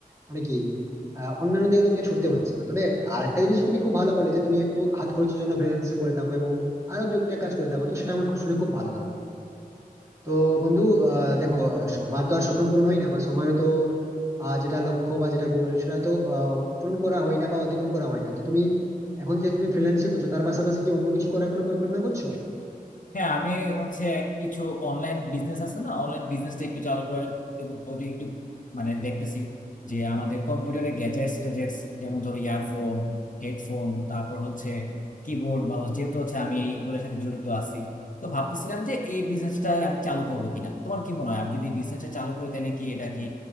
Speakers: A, on the right (about 20°); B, on the left (about 60°).
A: মানে কি আহ, অন্যান্য দিকে তোমাকে ছুটতে হচ্ছে না তবে আর একটা জিনিস তুমি খুব ভালো বলে যে তুমি একটু হাত খরচের জন্য ফ্রিল্যান্সিং করে থাকো এবং আরো দু একটা কাজ করে থাকো তো সেটা আমার খুব শুনে খুব ভালো লাগলো তো বন্ধু আহ দেখো আহ, সবার তো আর স্বপ্ন পূরণ হয় না বা সবার তো আহ, যেটা লক্ষ্য বা যেটা গোল সেটা তো আহ, পূরণ করা হয় না বা অতিক্রম করা হয় না তো তুমি এখন যে তুমি ফ্রিল্যান্সিং করছো তার পাশাপাশি কি অন্য কিছু করার কোনো পরিকল্পনা করছো
B: হ্যাঁ আমি হচ্ছে কিছু অনলাইন বিজনেস আছে না অনলাইন বিজনেসটা একটু চালু করার ওইটা একটু মানে দেখতেছি যে আমাদের কম্পিউটারের গ্যাজেটস ট্যাজেটস যেমন ধরো ইয়ারফোন হেডফোন তারপর হচ্ছে কিবোর্ড মাউস যেহেতু হচ্ছে আমি এইগুলোর সাথে জড়িত আছি তো ভাবতেছিলাম যে এই বিজনেসটা আমি চালু করবো কিনা তোমার কি মনে হয় আমি যদি এই বিজনেসটা চালু করে তাহলে কি এটা কি